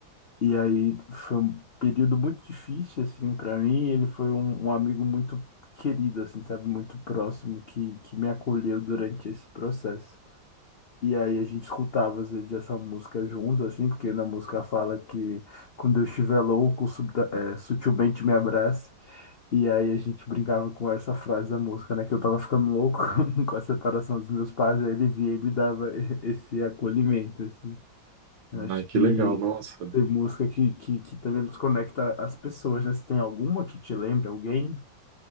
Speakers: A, on the left; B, on the right.
A: e aí foi um período muito difícil, assim, para mim, e ele foi um, um amigo muito querido, assim, sabe, muito próximo, que, que me acolheu durante esse processo. E aí a gente escutava às vezes essa música juntos, assim, porque na música fala que quando eu estiver louco, subda- eh, sutilmente me abrace. E aí a gente brincava com essa frase da música, né? Que eu tava ficando louco <laughs> com a separação dos meus pais, aí ele vinha e me dava <laughs> e- esse acolhimento, assim. Eu acho
B: Ah,
A: que
B: que legal, nossa.
A: tem música que, que, que também nos conecta às pessoas, né? Se tem alguma que te lembre, alguém.